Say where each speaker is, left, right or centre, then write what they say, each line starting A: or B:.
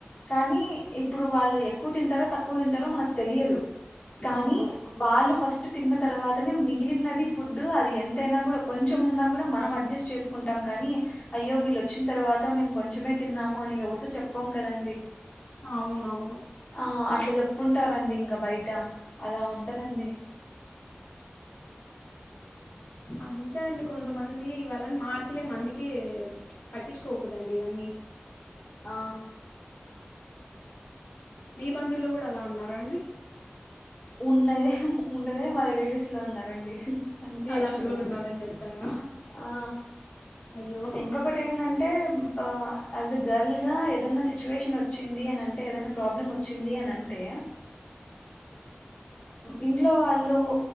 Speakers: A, on the left; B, on the left.
A: కానీ ఇప్పుడు వాళ్ళు ఎక్కువ తింటారో తక్కువ తింటారో మనకు తెలియదు కానీ
B: అవును
A: వాళ్ళు ఫస్ట్ తిన్న తర్వాతనే మి మిగిలినది ఫుడ్ అది ఎంతైనా కూడా కొంచెం ఉన్నా కూడా మనం అడ్జస్ట్ చేసుకుంటాం కానీ అయ్యో వీళ్ళు వచ్చిన తర్వాత మేము కొంచెమే తిన్నాము అని ఎవరితో చెప్పుకోం కదండి
B: అవునవును
A: ఆ అట్లా చెప్పుకుంటారండి ఇంకా బయట అలా ఉంటదండి
B: అంతే అండి కొంతమంది. ఇవాళని మార్చలే అందుకే పట్టించుకోకూదండి ఇవన్నీ
A: ఆ
B: మీ బంధువుల్లో కూడా అలా ఉన్నారా అండి
A: ఉన్నది ఉన్నదే మా రిలేటివ్స్ లో ఉన్నారండి అందుకే
B: అలాంటి
A: చెప్తున్న
B: వాళ్ళు ఉన్నారని చెప్తారా
A: ఆ
B: అయ్యో
A: ఇంకొకటి ఏంటంటే ఆ అ యాజ్ ఎ గర్ల్ గా ఏదనా సిచ్యువేషన్ వచ్చింది అని అంటే ఏదనా ప్రాబ్లం వచ్చింది అని అంటే ఇంట్లో వాళ్ళు